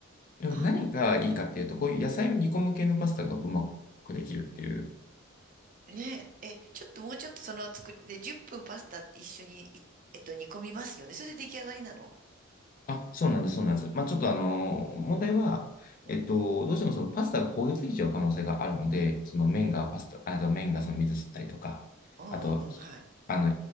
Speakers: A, on the left; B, on the right.
A: でも何がいいかっていうと、
B: あ、
A: こういう野菜を煮込む系のパスタがうまくできるっていう
B: ねえ、え、ちょっともうちょっとその作りで、10分パスタ一緒に、いえっと、煮込みますよね。それで出来上がりなの
A: あ、そうなんです、そうなんです。まあ、ちょっとあの問題は、えっと、
B: うん
A: どうしてもそのパスタが焦げついちゃう可能性があるので、その麺がパスタ、ああと麺がその水吸ったりとか、
B: うんうんうん、
A: あと、ひあの、
B: はい。